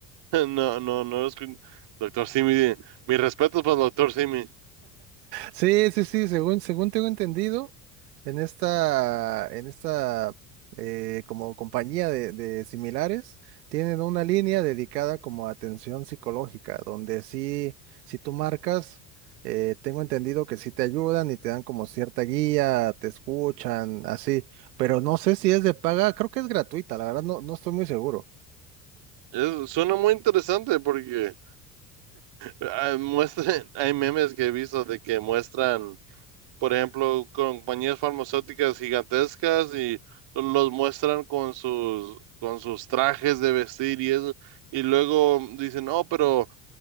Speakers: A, on the right (about 60°); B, on the right (about 75°).
A: No, no, no es que- Doctor Simi, mis respetos para el doctor Simi.
B: Sí, sí, sí, según, según tengo entendido, en esta, en esta eh, como compañía de, de similares, tienen una línea dedicada como a atención psicológica, donde sí, si tú marcas, eh, tengo entendido que sí te ayudan y te dan como cierta guía, te escuchan, así, pero no sé si es de paga, creo que es gratuita, la verdad no, no estoy muy seguro.
A: Es- suena muy interesante porque Ah, Muestran, <laughs> hay memes que he visto de que muestran, por ejemplo, compañías farmacéuticas gigantescas y los muestran con sus con sus trajes de vestir y eso, y luego dicen, no, pero